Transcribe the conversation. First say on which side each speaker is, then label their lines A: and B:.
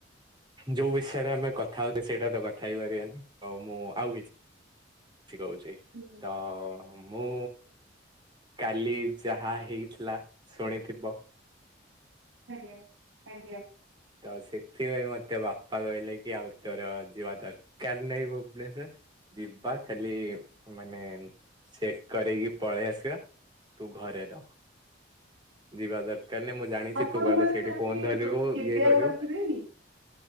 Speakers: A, on the right; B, on the right.
A: ଯୋଉ ବିଷୟରେ ଆମେ କଥା ହଉ ସେଇଟା ତ କଥା ହି ପାରିବାନି, ଆଉ ମୁଁ ଆଉ କିଛି କହୁଚି।
B: ହୁଁ।
A: ତ ମୁଁ କାଲି ଯାହା ହେଇଥିଲା ଶୁଣିଥିବ?
B: ଆଜ୍ଞା-ଆଜ୍ଞା।
A: ତ ସେଥିପାଇଁ ମତେ ବାପା କହିଲେ କି ଆଉ ତୋର ଯିବା ଦରକାର୍ ନାହିଁ ଭୁବନେଶ୍ଵର। ଯିବା ଖାଲି ମାନେ ଚେକ୍ କରେଇକି ପଳେଇ ଆସିବା। ତୁ ଘରେ ରହ। ଯିବା ଦରକାର୍ ନାଇଁ, ମୁଁ ଜାଣିଚି
B: ଆପଣ
A: ତୁ ଗଲେ
B: ମାନେ
A: ସେଇଠି
B: ତାହେଲେ
A: ଫୋନ୍ ଧରିବୁ
B: ଗ- କେବେ
A: ଇଏ କରିବୁ।
B: ଆଉ ଆସିବେନି?